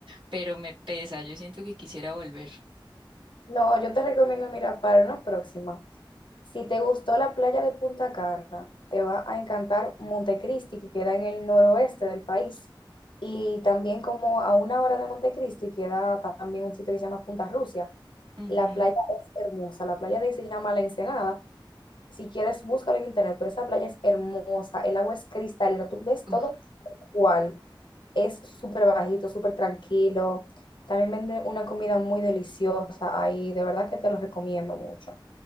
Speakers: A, on the right (about 80°); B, on the left (about 70°).
A: pero me pesa, yo siento que quisiera volver.
B: No, yo te recomiendo, mira, para una próxima. Si te gustó la playa de Punta Cana, te va a encantar Montecristi, que queda en el noroeste del país. Y también como a una hora de Montecristi queda también un sitio que se llama Punta Rusia.
A: Ujú.
B: La playa es hermosa, la playa de ahí se llama La Ensenada Si quieres, búscalo en internet, pero esa playa es hermosa, el agua es cristalina, tú ves
A: Uf,
B: todo cual. Es súper bajito, súper tranquilo. También venden una comida muy deliciosa ahí, de verdad que te lo recomiendo mucho.